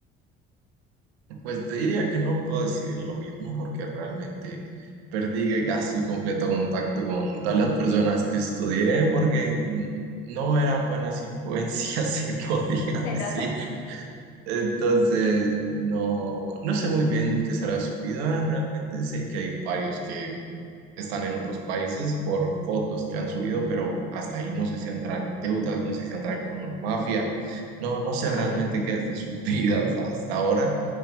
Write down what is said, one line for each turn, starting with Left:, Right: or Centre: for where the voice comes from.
Right: Pues te diría que no puedo decidir lo mismo porque realmente perdí casi completo contacto con todas las personas que estudié porque no eran buenas influencias, <laughs> se podía
Left: Se
Right: decir.
Left: nota.
Right: Entonces, no, no sé muy bien qué será su vida. Realmente sé que hay varios que están en otros países por fotos que han subido, pero hasta ahí no sé si andarán en deudas, no sé si andarán con una mafia. No, no sé
Left: <laughs>
Right: realmente qué es de sus <laughs> vidas hasta ahora.